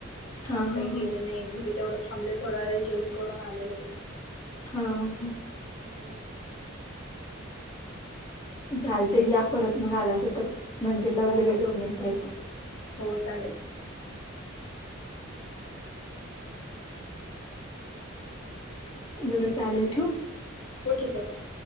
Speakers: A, on the left; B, on the left.
A: हा हा
B: काही केले
A: हा
B: नाही घरी तेवढं थांबले थोडा वेळ जेवण करून आले ल बस.
A: हा ह ह.
B: हम.
A: चालतंय या परत मग आलासा तर मंदिरला वगैरे
B: हो हो
A: जाऊन येत यथे
B: हो चालेल
A: बरं चालेल ठेऊ.
B: हो ठीक आहे चालेल.